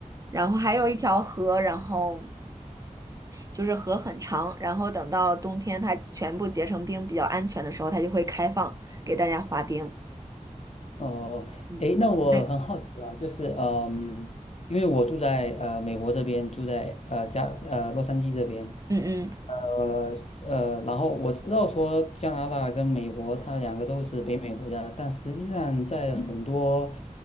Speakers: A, on the right (about 25°); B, on the left (about 55°).
A: 然后还有一条河，然后就是河很长，然后等到冬天它全部结成冰比较安全的时候，它就会开放给大家滑冰。
B: 哦，
A: 嗯，
B: 诶，那我很好奇啊，
A: 哎
B: 就是嗯，因为我住在呃美国这边，住在呃加呃洛杉矶这边，
A: 嗯嗯
B: 呃呃，然后我知道说加拿大跟美国它两个都是北美国家，但实际上在很多